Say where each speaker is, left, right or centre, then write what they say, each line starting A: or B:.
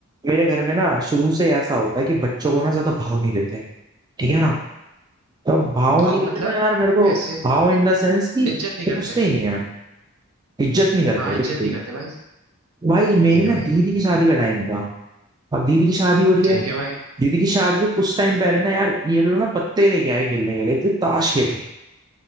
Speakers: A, on the right (about 20°); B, on the right (about 80°).
A: मेरे घर में ना शुरू से ऐसा होता है कि बच्चों को ना ज्यादा भाव नहीं देते ठीक है ना तो अब भाव
B: भाव
A: नहीं देते
B: मतलब
A: ना यार मेरे को
B: कैसे
A: भाव इन द सेंस कि
B: इज्जत नहीं करते
A: पूछते ही नहीं है इज्जत नहीं करते
B: हाँ इज्जत
A: बिल्कुल
B: नहीं करते भाई
A: भाई मेरी
B: ठीक
A: ना
B: है भाई
A: दीदी की शादी का टाइम था अब दीदी की शादी हो रही
B: ठीक
A: है
B: है भाई
A: दीदी की शादी से कुछ टाइम पहले ना यार ये लोग ना पत्ते लेके आए खेलने के लिए तो ताश खेलेंगे